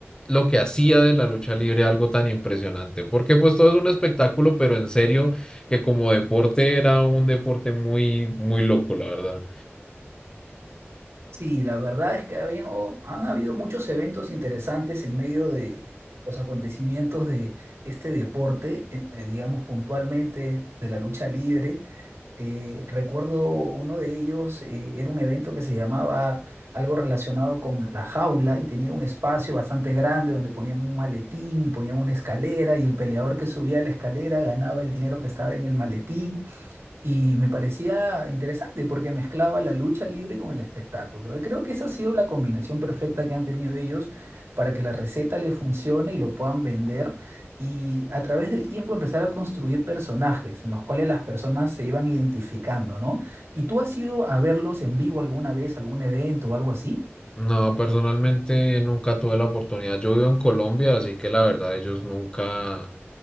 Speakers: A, on the left; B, on the right.
A: lo que hacía de la lucha libre algo tan impresionante, porque pues todo es un espectáculo, pero en serio que como deporte era un deporte muy, muy loco, la verdad.
B: Sí, la verdad es que habían- o- han habido muchos eventos interesantes en medio de los acontecimientos de este deporte, em, eh, digamos puntualmente de la lucha libre. Eh, recuerdo uno de ellos, eh, era un evento que se llamaba algo relacionado con la jaula y tenía un espacio bastante grande donde ponían un maletín y ponían una escalera y el peleador que subía la escalera ganaba el dinero que estaba en el maletín. Y me parecía interesante porque mezclaba la lucha libre con el espectáculo. Eh, Creo que esa ha sido la combinación perfecta que han tenido ellos para que la receta le funcione y lo puedan vender. Y a través del tiempo empezar a construir personajes en los cuales las personas se iban identificando, ¿no? ¿Y tú has ido a verlos en vivo alguna vez, algún evento o algo así?
A: No, personalmente nunca tuve la oportunidad. Yo vivo en Colombia, así que la verdad ellos nunca